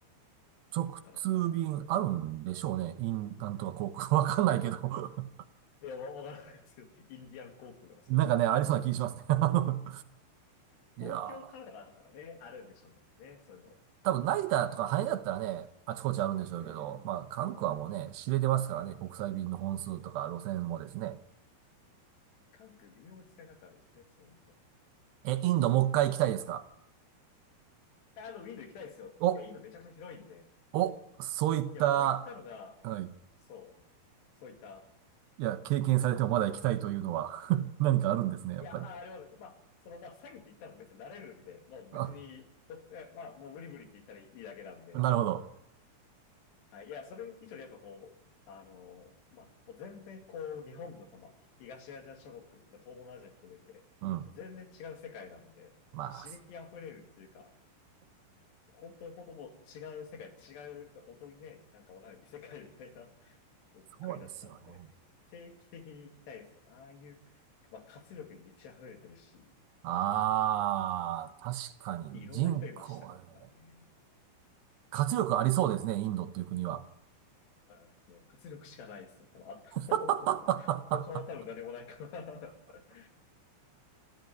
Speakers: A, on the right; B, on the left.
A: 直通便あるんでしょうね。
B: 日本からだったら。
A: イン、なんとか航空。<laughs> わかんないけど <laughs>。
B: いや、わわからないですけど、インディアン航空とかそういうのわからないけど、
A: なんかね、ありそうな気しますね。<laughs> あのいやー、
B: 東京からだからね、あるんでしょうからね、そういうの。
A: 多分成田とか羽田だったらね、あちこちあるんでしょうけど、
B: うん。
A: まあ、韓国はもうね、知れてますからね、国際便の本数とか路線もですね。
B: 関空微妙に使い方あるですね、そうなると。
A: え、インドもう一回行きたいですか
B: あの、ウィンドウ行きたいですよ。
A: お、
B: いや、インドめちゃくちゃ広いんで。
A: お、そういった、
B: いや、僕行ったのが、
A: はい。
B: そう、そういった
A: いや、経験されてもまだ行きたいというのは <laughs> 何かあるんですね、
B: いや、
A: やっぱり。
B: あ、あります。まあ、その、まあ、詐欺って言ったら別に慣れるんで、もう別に、
A: あ、
B: ほえまあ、もう無理無理って言ったらいいだけなんで、
A: なるほど。
B: はい。いや、それ以上にやっぱこう、あの、まあ、もう全然こう、日本のその、東アジア諸国、まあ、東南アジア含めて、
A: うん。
B: 全然違う世界なんで、
A: まあ、
B: 刺激あふれるっていうか、
A: そ
B: 本当に本当もう違う世界、違う、本当にね、なんかわかんない異世界みたいな <laughs>
A: そうですよね。
B: 国だったんで、定期的に行きたいです。ああいう、まあ、活力に満ち溢れてるし、
A: ああ、確かに人口はね、
B: いろんな人いましたからね。
A: 活力ありそうですね、インドっていう国は。
B: あの、活力しかないですよ。多分、あと
A: <laughs>
B: <laughs> 他は多分何もないから。<laughs>